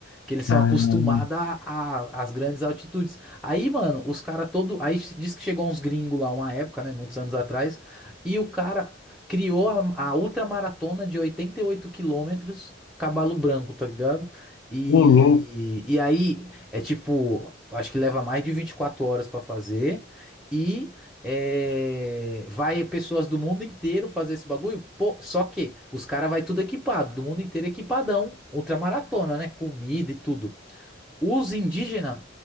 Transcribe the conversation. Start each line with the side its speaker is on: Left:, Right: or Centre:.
Centre: Que eles são
Left: Ah,
Centre: acostumados a- a- às grandes altitudes. Aí, mano, os caras todo. Aí diz que chegou uns gringos lá uma época, né? Muitos anos atrás. E o cara criou a, a ultramaratona de 88 quilômetros, Cavalo Branco, tá ligado? E,
Left: ô louco,
Centre: e aí é tipo, acho que leva mais de 24 horas pra fazer. E é, vai pessoas do mundo inteiro fazer esse bagulho. Pô, só que os caras vai tudo equipado, do mundo inteiro equipadão, ultramaratona, né? Comida e tudo. Os indígenas